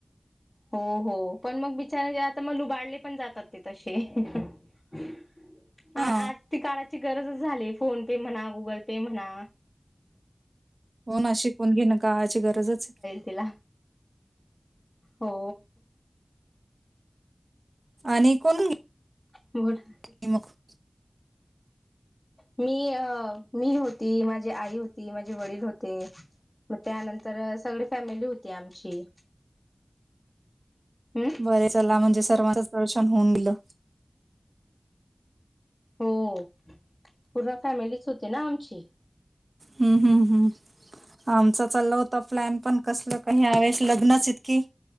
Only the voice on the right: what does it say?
हा
हो ना शिकून घेण काळाची गरजच आहे.
आणि कोण
<unintelligible>
बरे चला म्हणजे सर्वांचं दर्शन होऊन गेलं.
हम्म हम्म हम्म, आमचा चालला होता प्लॅन पण कसल काही यावेळीस लग्नच इतकी.